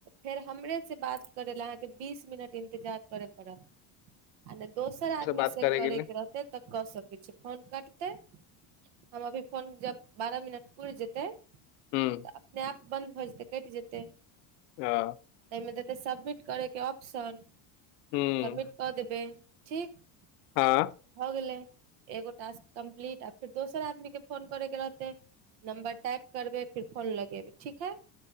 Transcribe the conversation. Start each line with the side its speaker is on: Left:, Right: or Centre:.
Right: फेर हमरे से बात करै लए अहाँके बीस मिनट इन्तजार करय पड़त आ नइ दोसर आदमी
Left: बात
Right: से
Left: करे
Right: करयके
Left: के लेल
Right: रहतै तऽ कऽ सकैत छी फोन कटतै हम अभी फोन जब बारह मिनट पुर जेतै
Left: हूं
Right: तऽ अपने आप बन्द भऽ जेतै कटि जेतै।
Left: ह
Right: त एहिमे देतै सबमिट करयके ऑप्शन
Left: हूं
Right: सबमिट कऽ देबै ठीक।
Left: हँ
Right: भऽ गेलै एगो टास्क कम्प्लीट आ फेर दोसर आदमीकेँ फोन करयके रहतै। नम्बर टाइप करबै फिर फोन लगेबै ठीक है।